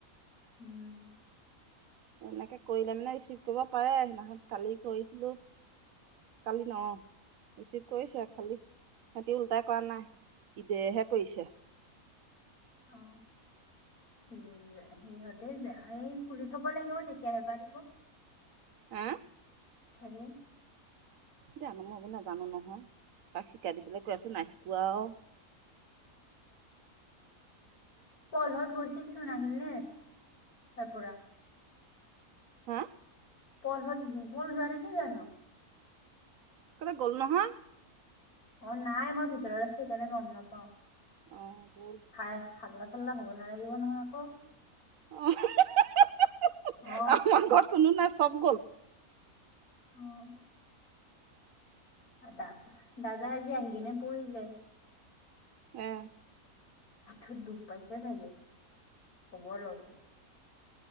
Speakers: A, on the left; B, on the right.
A: উম
B: এনেকে কৰিলে মানে ৰিচিভ কৰিব পাৰে সেইদিনাখন কালি কৰিছিলোঁ কালি ন ৰিচিভ কৰিছে খালি সিহতি উল্টাই কৰা নাই ঈদেহে কৰিছে
A: অ উ সিহঁতে যে এই খুলি থব লাগিব তেতিয়াহে পাৰিব
B: হে
A: ছাগে।
B: জানো মই বো নাজানো নহয়, তাক শিকাই দিবলৈ কৈ আছোঁ, নাই শিকোৱা আও।
A: পলহত গৈছিল চোন আহিল নে তাৰ পৰা
B: হা?
A: পল হ, পুল যোৱা নাছিল জানো?
B: কলৈ গ'ল নহয়।
A: অহ, নাই। মই ভিতৰত আছোঁ, সেইকাৰণে গম নাপাওঁ।
B: অ' গ'ল।
A: খাই হাল্লা-চাল্লা হ'ব নালাগিব নহয় আকৌ।
B: অহ, আমাৰ
A: অ
B: ঘৰত কোনো নাছি চব গ'ল।
A: অহ। দা দাদা আজি আহি কিনে পৰিলে
B: এ
A: আঠুত দুখ পাইছে চাগে খবৰ ল'ব